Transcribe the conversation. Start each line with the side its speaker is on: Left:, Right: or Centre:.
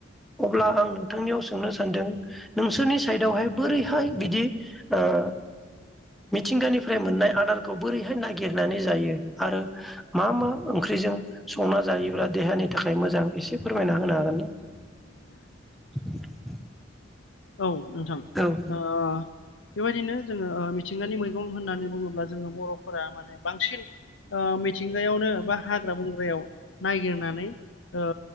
Centre: अब्ला आं नोंथांनियाव सों सोंनो सानदों, नोंसोरनि साइदावहाय बोरैहाय बिदि ओ मिथिंगानिफ्राय मोननाय आदारखौ बोरैहाय नागिरनानै जायो आरो मा मा ओंख्रि जों संना जायोब्ला देहानि थाखाय मोजां एसे फोरमायना होनो हागोन ना?
Left: <inaudible>
Centre: <inaudible>
Left: औ नोंथां
Centre: औ
Left: ओ बेबायदिनो जोङो मिथिंगानि मैगं होननानै बुङोब्ला जोङो बर'फोरा माने बांसिन ओ मिथिं गाहायावनो बा हाग्रा बंग्रायाव नायगिरनानै ओ